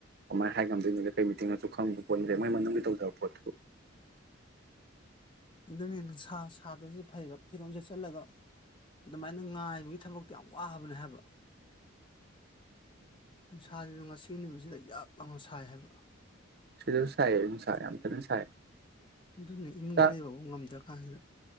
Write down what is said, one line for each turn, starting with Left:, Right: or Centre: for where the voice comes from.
Right: ꯀꯃꯥꯏꯅ ꯍꯥꯏꯝꯗꯣꯏꯅꯣ ꯀ ꯀꯩ ꯃꯤꯇꯤꯡꯉꯁꯨ ꯈꯪꯕ ꯄꯣꯠꯅꯠꯇꯦ ꯃꯣꯏ ꯃꯅꯨꯡꯒꯤ ꯇꯧꯗꯕ ꯄꯣꯠꯇꯨ
Left: ꯑꯗꯨꯅꯤ ꯁꯥ ꯁꯥꯗ꯭ꯔꯁꯨ ꯐꯩꯕ ꯐꯤꯔꯣꯟ ꯁꯦꯆꯜꯂꯒ ꯑꯗꯨꯃꯥꯏꯅ ꯉꯥꯏꯕꯒꯤ ꯊꯕꯛꯇꯣ ꯌꯥꯝ ꯋꯥꯕꯅꯦ ꯍꯥꯏꯕ ꯅꯨꯡ ꯁꯥꯁꯤꯁꯨ ꯉꯁꯤꯒꯤ ꯅꯨꯃꯤꯠꯁꯤꯗ ꯌꯛ ꯂꯥꯎꯅ ꯁꯥꯏ ꯍꯥꯏꯕ
Right: ꯁꯤꯗꯁꯨ ꯁꯥꯏꯌꯦ ꯑꯗꯨ ꯁꯥꯏ ꯌꯥꯝ ꯐꯖꯅ ꯁꯥꯏ
Left: ꯑꯗꯨꯅꯦ ꯏꯃꯨꯡꯗ
Right: ꯆꯥꯛ
Left: ꯂꯩꯕꯕꯧ ꯉꯝꯗ꯭ꯔꯀꯥꯟꯁꯤꯗ